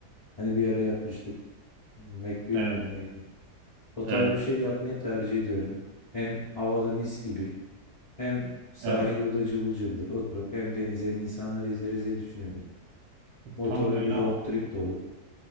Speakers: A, on the left (about 60°); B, on the right (about 70°).
A: hani bir ara yapmıştık. Mac bir
B: Evet,
A: miydi neydi? O tarz
B: evet,
A: bir şey yapmayı tercih ediyorum. Hem havada mis gibi hem sahil
B: evet.
A: yolda cıvıl cıvıldır oturup hem denize hem insanları izleriz diye düşünüyorum. Motorla
B: Tam böyle
A: bir road trip de olur.